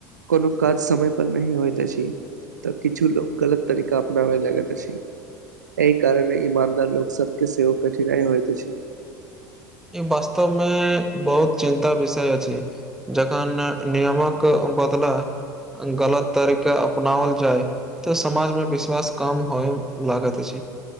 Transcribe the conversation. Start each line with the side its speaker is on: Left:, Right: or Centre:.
Right: कोनो काज समय पर नह होइत अछि। तऽ किछु लोक गलत तरीका अपनाबे लगैत अछि। एहि कारणे ईमानदार लोक सब के सेहो कठिनाई होइत अछि।
Centre: ई वास्तवमे बहुत चिन्ता विषय अछि। जखन नियमक बदला आ गलत तरीका अपनाओल जाय तऽ समाजमे विश्वास कम होय लागैत अछि।